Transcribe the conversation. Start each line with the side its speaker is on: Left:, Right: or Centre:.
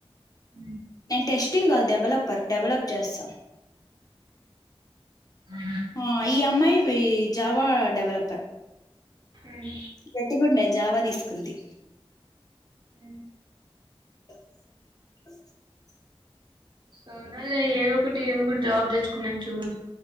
Right: అ
Left: టెస్టింగ్ కాదు డెవలపర్ డెవలప్ చేస్తాం
Right: హ
Left: ఆ ఈ అమ్మాయి జావా డెవలపర్
Right: ఉమ్,
Left: గటికుండే జావా తీ తీసుకుంది
Right: అ
Left: <inaudible>
Right: సనాల ఏదో ఒకటి ఏదో ఒకటి జాబ్ తెచ్చుకున్నా చూడు